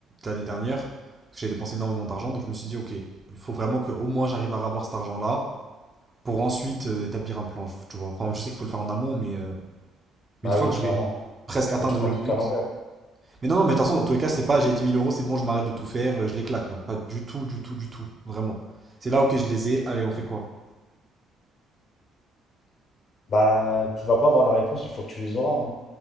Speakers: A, on the right (about 25°); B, on the left (about 50°).
A: l'année dernière. Parce que J'ai dépensé énormément d'argent, donc je me suis dit, ok, il faut vraiment que au moins j'arrive à avoir cet argent-là pour ensuite euh, établir un plan, tu vois. Enfin, je sais qu'il faut le faire en amont, mais euh,
B: Bah
A: une fois
B: oui,
A: que je
B: clairement.
A: vais presque atteindre
B: Là, tu prends
A: le
B: le truc
A: but.
B: à l'envers.
A: Mais non, non, mais de toute façon, dans tous les cas, c'est pas j'ai dix mille euros, c'est bon, je m'arrête de tout faire, euh, je les claque. hein. Pas du tout, du tout, du tout. Vraiment. C'est là, ok, je les ai, allez, on fait quoi?
B: Bah, tu vas pas avoir la réponse une fois que tu les auras. hein.